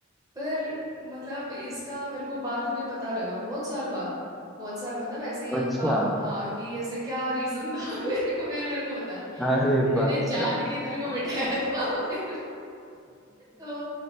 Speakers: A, on the right; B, in the centre.
A: पर मतलब इसका मेरे को बाद में पता लगा बहुत साल बाद बहुत साल मतलब ऐसे ये
B: अच्छा
A: का हाँ कि ऐसे क्या रीजन था <laughs> मेरे को फिर मेरे को बता रहा
B: अरे
A: मैंने
B: भाई
A: जान
B: साहब
A: के तेरे को बिठाया था <laughs> फिर तो